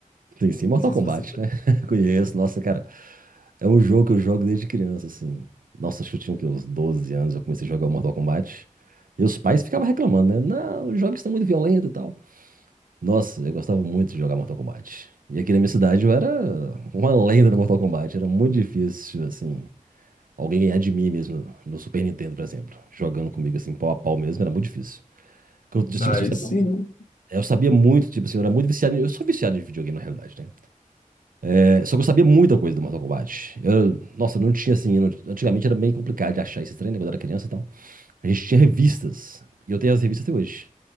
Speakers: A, on the right; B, on the left.
A: Sim, sim, Mortal
B: Não sei
A: Kombat,
B: se você...
A: né? <laughs> Conheço, nossa, cara. É um jogo que eu jogo desde criança, assim. Nossa, acho que eu tinha o quê? uns 12 anos, eu comecei a jogar o Mortal Kombat. E os pais ficavam reclamando, né? Não, os jogos estão muito violentos e tal. Nossa, eu gostava muito de jogar Mortal Kombat. E aqui na minha cidade eu era uma lenda no Mortal Kombat. Era muito difícil, assim, alguém ganhar de mim mesmo no Super Nintendo, por exemplo. Jogando comigo, assim, pau a pau mesmo, era muito difícil. Porque Eu,
B: Aí
A: tipo assim, eu sabia,
B: sim,
A: eu sabia muito, tipo assim, eu era muito viciado. em- Eu sou viciado em videogame, na realidade, né? É, Só que eu sabia muita coisa do Mortal Kombat. Eu- nossa, não tinha assim. eu não- antigamente era bem complicado de achar esse treino, né, quando eu era criança e tal. A gente tinha revistas. E eu tenho as revistas até hoje.